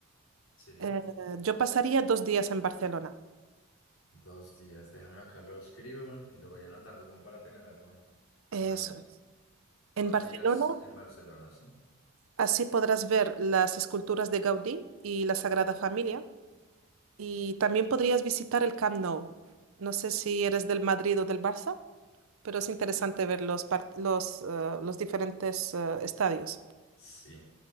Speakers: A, on the left; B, on the right.
A: Sí,
B: Eh, yo pasaría dos días en Barcelona.
A: dos días. Déjame acá lo escribo y lo voy anotando como para tener algo
B: Eso
A: planeado.
B: es.
A: Dos
B: En Barcelona,
A: días en Barcelona, ¿sí?
B: así podrás ver las esculturas de Gaudí y la Sagrada Familia. Y también podrías visitar el Camp Nou. No sé si eres del Madrid o del Barça, pero es interesante ver los, part- los, eh, los diferentes eh, estadios.
A: Sí.